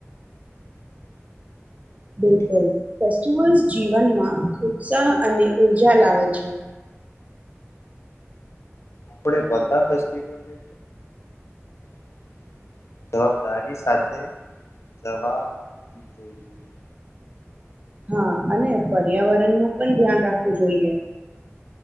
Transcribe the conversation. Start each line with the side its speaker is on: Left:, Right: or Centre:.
Right: બિલકુલ ફેસ્ટિવલ્સ જીવનમાં ઉત્સાહ અને ઊર્જા લાવે છે.
Left: આપડે બધા ફેસ્ટિવલ ને. <inaudible> જવાબદારી સાથે <unintelligible>
Right: હા અને પર્યાવરણ નું પણ ધ્યાન રાખવું જોઈએ.